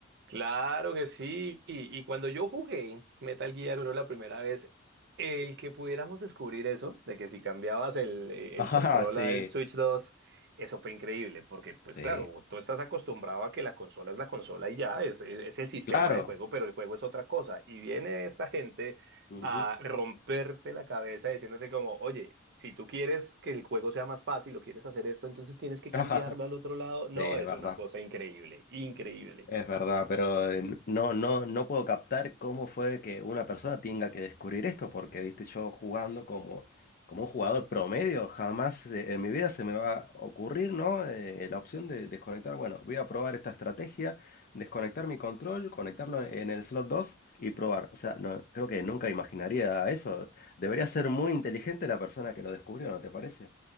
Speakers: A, on the right; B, on the left.
A: Claro que sí. Y, y cuando yo jugué Metal Gear 1 la primera vez, el que pudiéramos descubrir eso, de que si cambiabas el, eh,
B: <laughs> Ajá,
A: el control
B: sí.
A: al Switch dos eso fue increíble, porque pues
B: Sí.
A: claro, tú estás acostumbrado a que la consola es la consola y ya, es, es, es el sistema
B: Claro.
A: de juego, pero el juego es otra cosa. Y viene esta gente
B: Ujú.
A: a romperte la cabeza diciéndote como, oye, si tú quieres que el juego sea más fácil o quieres hacer esto, entonces tienes
B: <laughs>
A: que
B: Ajá.
A: cambiarlo al otro lado. No,
B: Sí, es
A: es
B: verdad.
A: una cosa increíble, increíble.
B: Es verdad, pero eh, no, no, no puedo captar cómo fue que una persona tenga que descubrir esto, porque viste, yo jugando como, como un jugador promedio, jamás eh, en mi vida se me va a ocurrir, ¿no? Eh, la opción de desconectar. Bueno, voy a probar esta estrategia, desconectar mi control, conectarlo en el slot 2 y probar. O sea, no, creo que nunca imaginaría eso. Debería ser muy inteligente la persona que lo descubrió, ¿no te parece?